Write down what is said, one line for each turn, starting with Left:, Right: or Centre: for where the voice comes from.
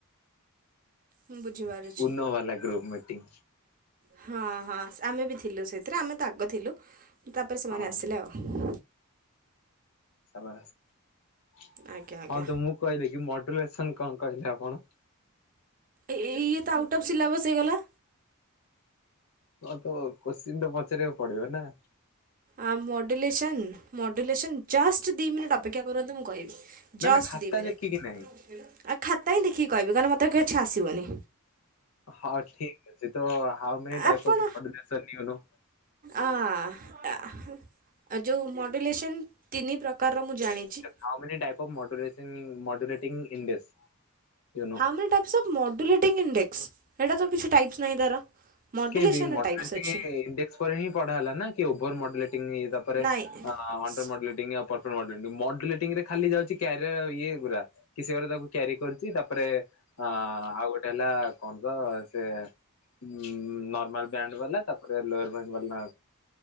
Right: ମୁଁ ବୁଝିପାରୁଛି
Left: ଉନୋ ବାଲା ଗ୍ରୁପ୍ ମିଟିଂ।
Right: ହଁ ହଁ ଆମେ ବି ଥିଲୁ ସେଥିରେ ଆମେ ତ ଆଗ ଥିଲୁ ତାପରେ ସେମାନେ
Left: ହଁ
Right: ଆସିଲେ ଆଉ
Left: ବା ହଁ
Right: ଆଜ୍ଞା ଆଜ୍ଞା
Left: ତ ମୁଁ କହିଲି କି ମଡୁଲେସନ କଣ କହିଲେ ଆପଣ?
Right: ଏଇ ଇଏ ତ ଆଉଟ ଅଫ୍ ସିଲାବସ୍ ହେଇଗଲା।
Left: ହ ତ କୋଶ୍ଚିିନ୍ ତ ପଚାରିବାକୁ ପଡି଼ବ ନା।
Right: ଆ ମଡ଼ୁଲେସନ୍ ମଡ଼ୁଲେସନ୍ ଜଷ୍ଟ ଦୁଇ ମିନିଟ୍ ଅପେକ୍ଷା କରନ୍ତୁ ମୁଁ କହିବି
Left: ନା
Right: ଜଷ୍ଟ
Left: ନା ଖାତା
Right: ଦି ମିନିଟ୍
Left: ଦେଖିକି
Right: ଆଉ
Left: ନାହିଁ।
Right: ଖାତା ହିଁ ଦେଖିକି କହିବି କହ ମତେ କିଛି ଆସିବନି।
Left: ହଁ ଠିକ୍ ଅଛି ତ ହାଓ ମେନି ଟାଇପ୍
Right: ଆପଣ
Left: ଅଫ୍ ମଡ୍ୟୁଲେସନ୍ ୟୁ ନୋ
Right: ଆ ଆହାଁ ଯଉ ମୋଡ୍ୟୁଲେସନ୍ ତିନି ପ୍ରକାରର ମୁଁ ଜାଣିଛି।
Left: How many type modulation modulating index you know?
Right: How many types of modulation index ହେଟୀ ତ କିଛି ଟାଇପ୍ସ ନାହିଁ ତାର। ମଡୁଲେସନ୍
Left: କେମତି
Right: ର
Left: ମଡୁଲେସିଂ
Right: ଟାଇପ୍ସ ଅଛି
Left: ଇନ୍ଡେକ୍ସ ପରେ ହଁ ପଢା ହେଲା ଓଭର ମଡୁଲେଟଂ ଅଣ୍ଡର୍
Right: ନାଇଁ
Left: ମଡୁଲେଟିଂ ଆଉ ପ୍ରପର୍ ମଡୁଲେଟିଂରେ ଖାଲି ଯାଉଛି କ୍ୟାରିଅର ଇଏ ଗୁରା କି ସେ ଘରେ ତାକୁ କ୍ୟାରି କରୁଛି ତାପରେ ଆ ଆଉ ଗୋଟେ ହେଲା କଣ ତ ସେ ଉ ନର୍ମାଲ ବ୍ୟାଣ୍ଡ ବାଲା ତାପରେ ଲ୍ୟା ବା କଣ